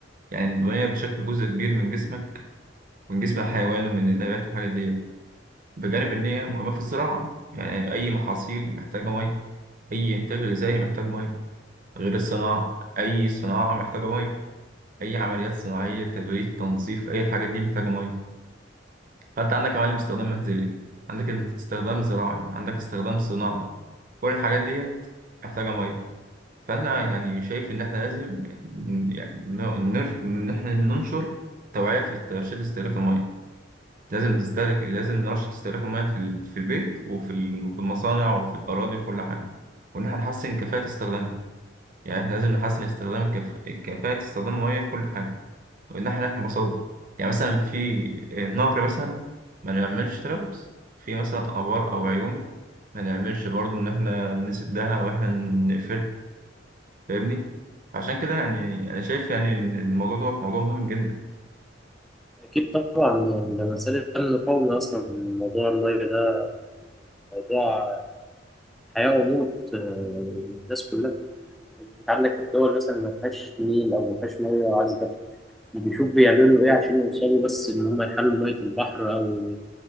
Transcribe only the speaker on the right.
يعني الميه بتشكل جزء كبير من جسمك من جسم الحيوان ومن النبات والحاجات ديت بجانب ان هي مهمه في الزراعه يعني اي محاصيل محتاجه ميه اي انتاج غذائي محتاج ميه غير الصناعه اي صناعه محتاجه ميه اي عمليات صناعيه تبريد تنظيف اي الحاجات دي محتاجه ميه فانت عندك يا معلم استخدام منزلي عندك استخدام زراعي عندك استخدام صناعي كل الحاجات ديت محتاجة مية فانا يعني شايف ان احنا لازم ن- يعني ن- نر- ان احنا ننشر توعية في ترشيد استهلاك المية لازم تستهلك لازم نرشد استهلاك المية في ال- في البيت وفي ال- وفي المصانع وفي الأراضي وكل حاجة وإن احنا نحسن كفاءة استخدامها يعني احنا لازم نحسن استخدام كف... كفاءة استخدام المية في كل حاجة من ناحية ناحية المصادر يعني مثلا في نهر مثلا ما نعملش تلوث في مثلا آبار أو عيون ما نعملش برضه إن إحنا نسدها أو إحنا نقفل فاهمني عشان كده يعني أنا شايف يعني إن الموضوع دوت موضوع مهم جدا